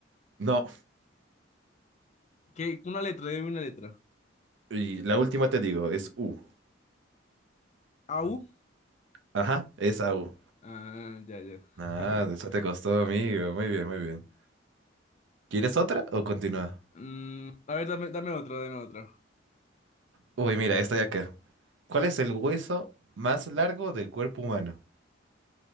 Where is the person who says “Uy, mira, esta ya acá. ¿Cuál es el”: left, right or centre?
Right